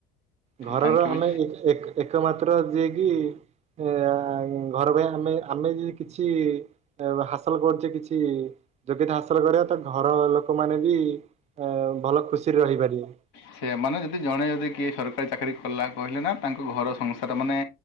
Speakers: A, on the right; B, on the left.
A: ଘରର
B: ତାଙ୍କେ ବି
A: ଆମେ ଏକ ଏ-କ ଏକମାତ୍ର ଯିଏକି <inaudible> ଘର ପାଇଁ ଆମେ ଆମେ ଯ କିଛି ହାସଲ କରୁଛି, କିଛି ଯୋଗ୍ୟତା ହାସଲ କରିବା। ତ ଘର ଲୋକ ମାନେ ବି ଭଲ ଖୁସିରେ ରହିପାରିବା।
B: ସେ ମାନେ ଯଦି ଜଣେ ଯଦି କିଏ ସରକାରୀ ଚାକିରୀ କଲା କହିଲେ ନା ତାଙ୍କ ଘର ସଂସାର ମାନେ